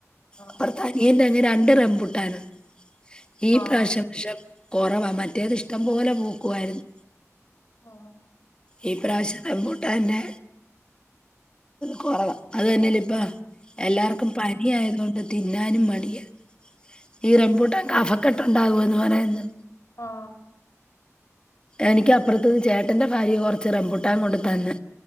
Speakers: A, on the left; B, on the left.
A: ആഹ്
B: അപ്പറത്ത് അനിയൻ്റെ അങ്ങ് രണ്ട് റംമ്പുട്ടാനും ഈ
A: ആഹ്
B: പ്രാവശ്യം <unintelligible> കൊറവാ മറ്റേത് ഇഷ്ടം പോലെ പൂക്കുവായിരുന്നു
A: ആഹ്
B: ഈ പ്രാവശ്യം റംമ്പൂട്ടൻ്റെ കൊറവാ അത് തന്നെയല്ല ഇപ്പൊ എല്ലാർക്കും പനി ആയതു കൊണ്ട് തിന്നാനും മടിയാ ഈ റംമ്പൂട്ടൻ കഫക്കെട്ട് ഒണ്ടാകുമെന്ന് പറയുന്നു
A: അ ആ
B: എനിക്ക് അപ്പർത്ത്ന്ന് ചേട്ടന്റെ ഭാര്യ കൊർച്ച് റംമ്പുട്ടാൻ കൊണ്ട് തന്ന്